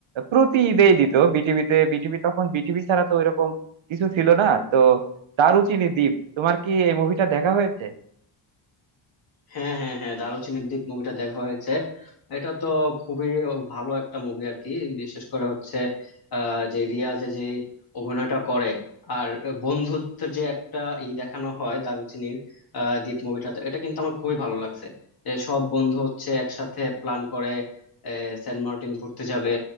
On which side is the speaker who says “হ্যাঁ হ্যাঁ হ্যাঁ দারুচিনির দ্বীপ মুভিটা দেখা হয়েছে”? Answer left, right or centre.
Left